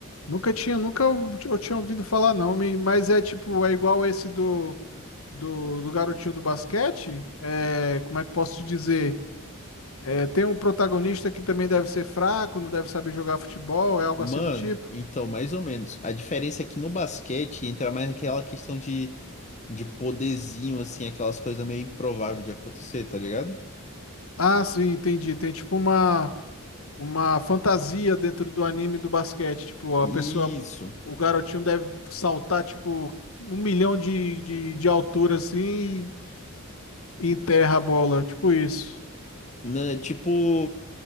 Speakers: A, on the left (about 70°); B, on the left (about 35°).
A: Nunca tinha, nunca eu, eu tinha ouvido falar, não. me- Mas é tipo, é igual esse do, do, do garotinho do basquete. É, como é que eu posso te dizer? É, tem um protagonista que também deve ser fraco, não deve saber jogar futebol, é algo
B: Mano,
A: assim do tipo.
B: então, mais ou menos. A diferença é que no basquete entra mais aquela questão de, de poderzinho, assim, aquelas coisas meio improváveis de acontecer, tá ligado?
A: Ah, sim, entendi. Tem tipo uma. uma fantasia dentro do anime do basquete. Tipo, a
B: Isso.
A: pessoa, o garotinho deve saltar, tipo, um milhão de, de, de altura assim e enterra a bola. Tipo isso.
B: Né? Tipo,